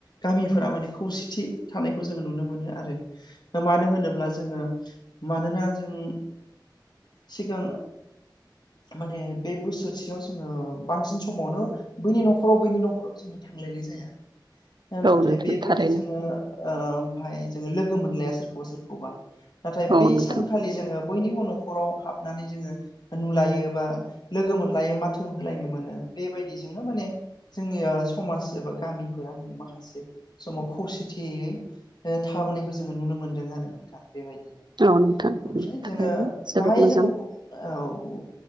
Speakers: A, on the left (about 60°); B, on the right (about 65°).
A: गामिफोरा माने खौसेथि थानायखौ जोंङो नुनो मोनो आरो मानो होनोब्ला जोंङो मानोना जों सिगां माने बे बोसोरसेयाव जोङो बांसिन समावनो बैनि न'खराव-बैनि न'खराव जोङो थांलायनाय जाया नाथाय
B: औ नोंथां
A: बे
B: थारैनो
A: हो ओ बाय जों लोगो मोनलाइया सोरखौबा-सोरखौबा नाथाय
B: औ
A: बै
B: नोंथां
A: सानखालि जोङो बयनिबो न'खराव हाबनानै जोङो नुलायो बा लोगो मोनलायो माथो होलायनो मोनो बेबायदिजोंनो माने जोंनि ओ समाज एबा गामिफोरा माने माखासे समाव खौसेथियै थाबोनायखौ जोंङो नुनो मोन्दों आरो नोंथां बेबायदिनो
B: औ नोंथां
A: ओमफ्राय
B: थारैनो
A: जोंङो
B: जोबोद
A: गाहाय
B: मोजां
A: जोंङो औ